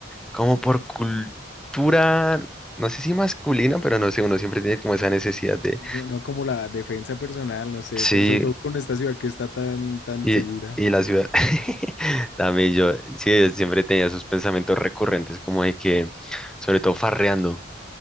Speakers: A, in the centre; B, on the left.
A: como por cultura, no sé si masculina, pero no sé, uno siempre tiene como esa necesidad de...
B: No, no como la defensa personal, no sé,
A: Sí,
B: por sobre todo con esta ciudad que está tan, tan
A: Y,
B: segura.
A: y la ciudad, <laughs> también yo, sí, yo siempre tenía esos pensamientos recurrentes, como de que, sobre todo farreando,